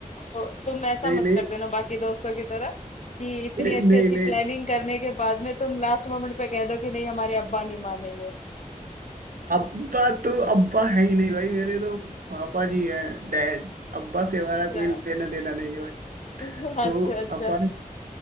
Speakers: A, on the left (about 55°); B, on the right (about 80°).
A: तो तुम ऐसा
B: नहीं
A: मत कर देना बाकी दोस्तों की तरह कि इतनी
B: नहीं
A: अच्छी
B: नहीं
A: अच्छी
B: नहीं
A: प्लानिंग करने के बाद में तुम लास्ट मोमेंट पे कह दो कि नहीं हमारे अब्बा नहीं मानेंगे
B: अब्बा तो अब्बा है ही नहीं भाई मेरे तो पापा जी हैं डैड अब्बा से हमारा
A: अच्छा
B: कोई लेना देना नहीं है भाई
A: <laughs> अच्छा
B: तो
A: अच्छा
B: अब्बा